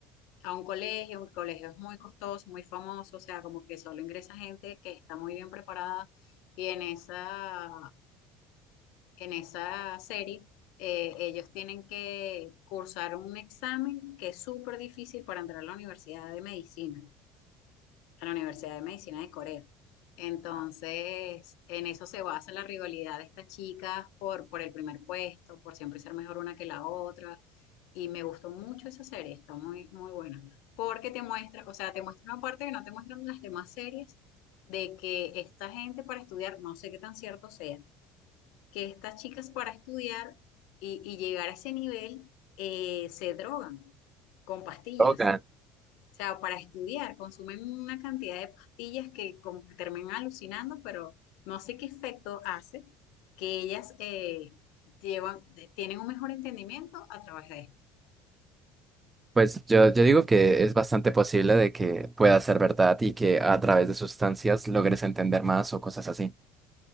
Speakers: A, on the left; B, on the right.
A: a un colegio, un colegio es muy costoso, muy famoso, o sea, como que solo ingresa gente que está muy bien preparada. Y en esa, en esa serie, eh, ellos tienen que cursar un examen que es súper difícil para entrar a la Universidad de Medicina. a la Universidad de Medicina de Corea. Entonces, en eso se basa la rivalidad de estas chicas por, por el primer puesto, por siempre ser mejor una que la otra. Y me gustó mucho esa serie, está muy, muy buena. Porque te muestra, o sea, te muestra una parte que no te muestran las demás series, de que esta gente para estudiar, no sé qué tan cierto sea, que estas chicas para estudiar y, y llegar a ese nivel eh, se drogan con pastillas.
B: Logan.
A: O sea, para estudiar, consumen una cantidad de pastillas que como que terminan alucinando, pero no sé qué efecto hace que ellas eh, llevan, de- tienen un mejor entendimiento a través de esto.
B: Pues yo, yo digo que es bastante posible de que pueda ser verdad y que a través de sustancias logres entender más o cosas así.